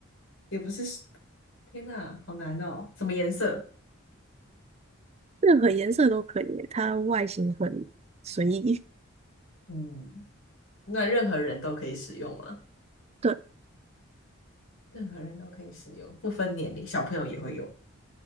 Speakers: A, on the left; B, on the right.
A: 也不是。天哪，好难哦。什么颜色？
B: <laughs> 任何颜色都可以，它外形很随意。
A: 嗯。那任何人都可以使用吗？
B: 对，
A: 任何人都可以使用，不分年龄，小朋友也会用。